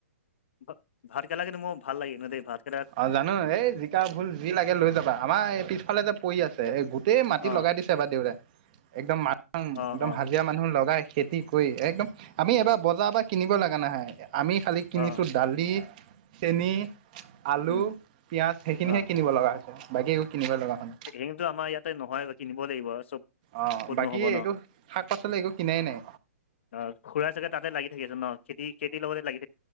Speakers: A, on the left; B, on the right.
A: মোৰ ভাত কেৰেলা কিন্তু ভালে লাগে দে মোৰ।
B: অ' জানো এই জিকা ভুল যি লাগে লৈ যাবা। আমাৰ এই পিছফালে যে পৰি আছে এই গো গোটেই মাটি
A: অঁ
B: লগাই দিছে আমাৰ দেউতাই একদম <unintelligible>
A: অঁ
B: একদম
A: অঁ
B: হাজিৰা মানুহ লগাই। খেতি কৰি একদম, আমি এবাৰ বজাৰৰ পৰা কিনিব লগা নাহয় আমি খালি কিনিছোঁ
A: অঁ
B: দালি, চেনি আলু,
A: উম
B: পিঁয়াজ সেইখিনিহে
A: অঁ
B: কিনিব লগা হৈছে, বাকী একো কিনিব লগা হোৱা নাই।
A: কিন্তু আমাৰ ইয়াতে নহয় বা কিনিব লাগিব আৰু চব
B: অ'
A: ক'ত
B: বাকী
A: নহ'ব ন
B: একো, শাক-পাচলি একো কিনাই নাই।
A: অ' খুৰা ছাগে তাতে লাগি থাকে দিনত। খেতি খেতিৰ লগতে লাগি